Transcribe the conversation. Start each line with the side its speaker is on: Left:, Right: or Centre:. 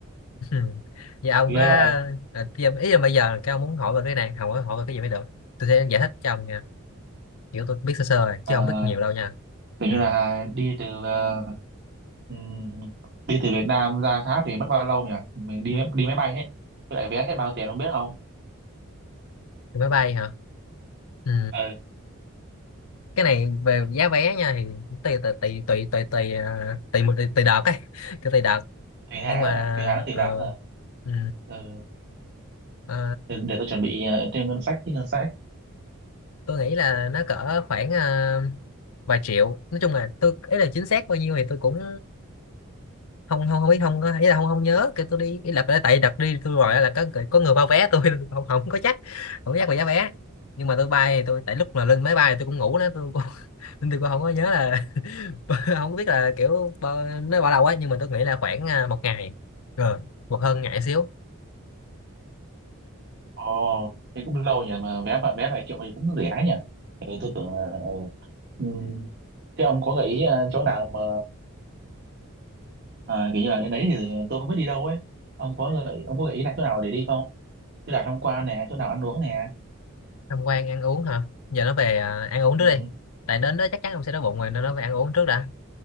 Left: <laughs> giờ ông
Right: ghê
Left: có
Right: vậy.
Left: à, khi ông- ý là bây giờ cái ông muốn hỏi về cái này không hỏi hỏi về cái gì mới được tôi sẽ giải thích cho ông nha kiểu tôi biết sơ sơ rồi, chứ
Right: Ờ.
Left: không biết nhiều đâu nha
Right: kiểu
Left: ừ.
Right: như là đi từ ờ, ừm, đi từ Việt Nam ra Pháp thì mất bao lâu nhỉ mình đi đi máy bay hết với lại vé hết bao tiền ông biết không
Left: Thì máy bay hả ừ.
Right: ừ
Left: cái này về giá vé nha thì tùy tùy tùy tùy tùy tùy tùy, tùy, tùy, tùy đợt ấy <laughs> cái tùy đợt
Right: tùy hãng
Left: nhưng mà
Right: à tùy hãng tùy
Left: ờ,
Right: đợt à
Left: ừ,
Right: ừ
Left: ờ,
Right: để, để tôi chuẩn bị ờ, thêm ngân sách chứ ngân sách
Left: tôi nghĩ là nó cỡ khoảng ờ, vài triệu nói chung là tôi ấy là chính xác bao nhiêu thì tôi cũng không không không biết không có- ý là không không nhớ kêu tôi đi ý là tại đợt đi tôi gọi là có người- có người bao vé tôi <laughs> tôi không, không có chắc không có chắc về giá vé nhưng mà tôi bay thì tôi tại lúc mà lên máy bay thì tôi cũng ngủ đó tôi cũng, <laughs> nên tôi cũng không có nhớ là <laughs> không biết là kiểu bao- nó bao lâu á nhưng mà tôi nghĩ là khoảng à, một ngày rồi một hơn ngày xíu
Right: ồ thế cũng lâu nhỉ mà vé vài- vé vài triệu thì cũng rẻ nhỉ ừ, tôi tưởng ờ, ừ. Ừm, thế ông có gợi ý ờ, chỗ nào mà à, kiểu như là đến đấy thì tôi không biết đi đâu ấy ông có gợi ông có gợi ý là chỗ nào để đi không Như là tham quan nè chỗ nào ăn uống nè
Left: tham quan ăn uống hả giờ nó về à, ăn uống trước
Right: ừ
Left: đi tại đến đó chắc chắn ông sẽ đói bụng rồi nên nó về ăn uống trước đã